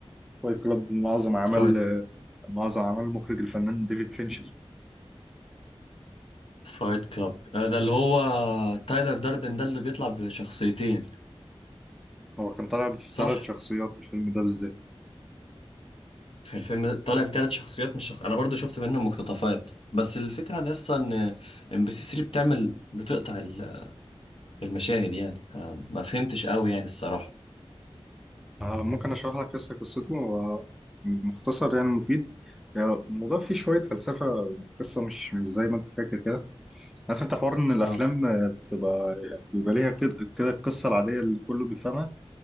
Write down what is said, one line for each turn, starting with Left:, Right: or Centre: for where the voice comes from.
Centre: فايت كلاب من اعظم اعمال
Left: فايت
Centre: من اعظم اعمال المخرج الفنان ديفيد فينشر
Left: فايت كلاب ده اللي هو تايلر داردن ده اللي بيطلع بشخصيتين
Centre: هو كان طالع بثلاث
Left: صح
Centre: شخصيات في الفيلم ده بالذات
Left: في الفيلم ده طالع بثلاث شخصيات مش شخص... انا برضو شفت منه مقتطفات بس الفكره ان اصلا ان ام بي سي 3 بتعمل بتقطع ال- المشاهد يعني ما فهمتش قوي يعني الصراحه
Centre: ممكن اشرح لك قصه قصته هو مختصر يعني مفيد يعني الموضوع فيه شويه فلسفه يعني القصه مش مش زي ما انت فاكر كده عارف انت حوار ان الافلام
Left: اه
Centre: بتبقى يعني بيبقى ليها كده كده القصه العاديه اللي كله بيفهمها